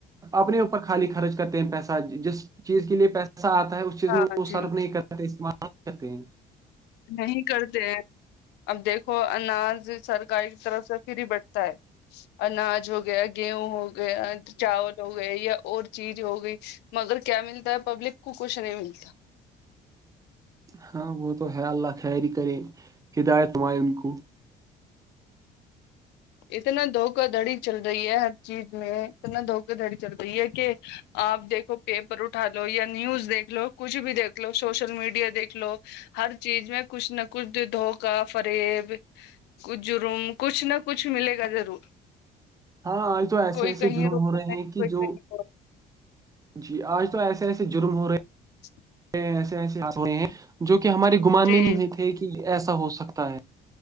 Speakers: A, on the right (about 20°); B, on the left (about 80°).
A: اپنے اوپر خالی خرچ کرتے ہیں پیسہ جس چیز کے لیے پیسہ آتا ہے اس چیز
B: ہاں
A: میں وہ
B: جی
A: سرف نہیں کرتے استعمال کرتے ہیں
B: نہیں کرتے اب دیکھو اناج سرکاری کی طرف سے پھر ہی بٹتا ہے اناج ہو گیا گیہوں ہو گیا چاول ہو گیا یا اور چیز ہو گئی مگر کیا ملتا ہے پبلک کو کچھ نہیں ملتا
A: ہاں وہ تو ہے اللہ خی ہی کرے ہدایت مائ ان کو
B: اتنا دھوکا دھڑی چل رہی ہے ہر چیز میں اتنا دھوکا دھڑی چل رہی ہے کہ آپ دیکھو پیپر اٹھا لو یا نیوز دیک لو کچھ بھی دیکھ لو سوشل میڈیا دیکھ لو ہر چیز میں کچھ نہ کچھ دھوکہ فریب کچھ جرم کچھ نہ کچھ کچھ ملے گا ضرور
A: ہاں آ تو ایسے
B: کوئی
A: ایسے
B: کہیں
A: جرم
B: رو رہا
A: ہو رہے
B: ہے
A: ہیں کہ
B: کوئی کہیں
A: جو
B: رو رہا
A: جی آج تو ایسے ایسے جرم ہو رہے ہیں
B: <inaudible>
A: ایسے ایسے ہو ہیں جو کہ ہمارے گمان
B: ہے۔
A: میں نہیں ہوئے
B: جی
A: تھے کہ ایسا ہو سکتا ہے